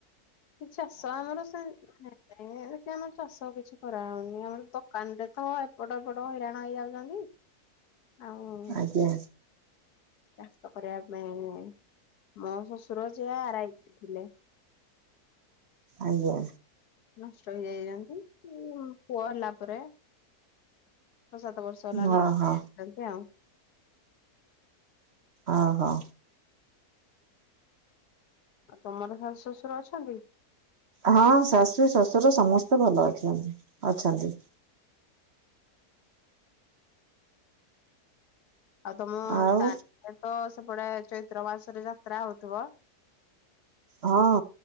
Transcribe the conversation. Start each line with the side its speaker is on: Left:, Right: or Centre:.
Left: ଚାଷ ଆମର ସେମିତି ଏ ଆମର ଚାଷ କିଛି କରାହଉନି ଆମର ଦୋକାନ ରେ ତ ଏପଟ ଏପଟ ହଇରାଣ ହେଇଯାଉଚନ୍ତି। ଆଉ।
Right: ଆଜ୍ଞା।
Left: ଚାଷ କରିବା ପାଇଁ, ମୋ ଶ୍ୱଶୁର ଯିଏ ଆର ଆଇ ଥିଲେ।
Right: ଆଜ୍ଞା।
Left: ନଷ୍ଟ ହେଇଯାଇଚନ୍ତି ପୁଅ ହେଲା ପରେ। ଛଅ ସାତ ବର୍ଷ ହେଲାଣି
Right: ଓହୋ
Left: ନଷ୍ଟ ହେଇଯାଇଚନ୍ତି ଆଉ।
Right: ଅହୋ।
Left: ଆଉ ତମର ଶାଶୁ ଶଶୁର ଅଛନ୍ତି?
Right: ହଁ ଶାଶୁ ଶ୍ୱଶୁର ସମସ୍ତେ ଭଲ ଅଛନ୍ତି-ଅଛନ୍ତି।
Left: ଆଉ ତମ <unintelligible>
Right: ଆଉ
Left: ତ ସେପଟେ ଚୈତ୍ର ମାସରେ ଯାତ୍ରା ହଉଥିବ?
Right: ହଁ।